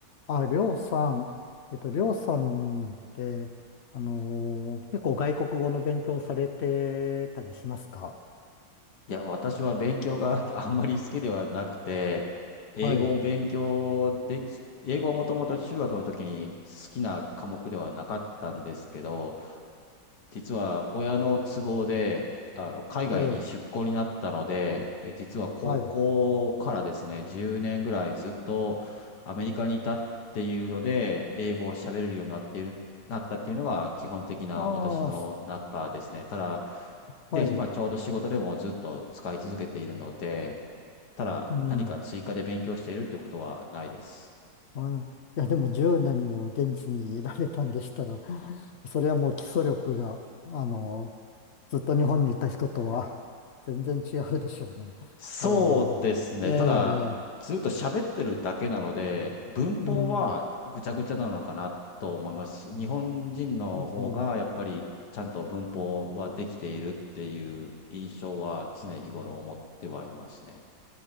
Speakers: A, on the left; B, on the left.
A: あ、りょうさん、えっと、りょうさんって、あのー結構外国語の勉強されてたりしますか
B: いや、私は勉強が <laughs> あんまり好きではなくて、英語を勉強でき、
A: はい。
B: 英語はもともと中学の時に好きな科目ではなかったんですけど、実は親の都合で、あの、海外に出向になったので、
A: ええ、
B: え実は高校からですね、
A: はい。
B: 10年ぐらいずっとアメリカにいたっていうので、英語を喋れるようになっている、なったっていうのが基本的な私の中ですね。
A: ああ、す
B: ただ、で、
A: はい。
B: 今ちょうど仕事でもずっと使い続けているので、ただ何か追加で勉強しているってことはないです。
A: うん。あ、いや、でも10年も現地にいられたんでしたら、それはもう基礎力が、あのーずっと日本にいた人とは全然違うでしょうね。
B: そうですね。
A: それは。ええ、
B: ただ、ずっと喋ってるだけなので、文法はぐちゃぐちゃなのかなと思います。
A: うん、
B: 日本人の方がやっぱりちゃんと文法はできているっていう印象は常日頃思ってはいますね。
A: うん。